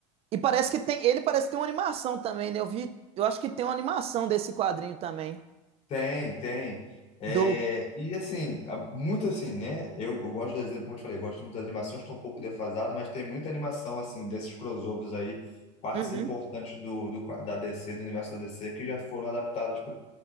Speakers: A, on the right; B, on the left.
A: E parece que tem, ele parece que tem uma animação também, né? Eu vi, eu acho que tem uma animação desse quadrinho também.
B: Tem, tem. É,
A: Do.
B: e assim, a- muito assim, né? Eu, eu gosto das, como eu te falei, eu gosto muito das animações, estou um pouco defasado, mas tem muita animação, assim, desses crossovers aí, partes
A: Uhum,
B: importantes do, do, qua- da DC, do universo da DC, que já foram adaptadas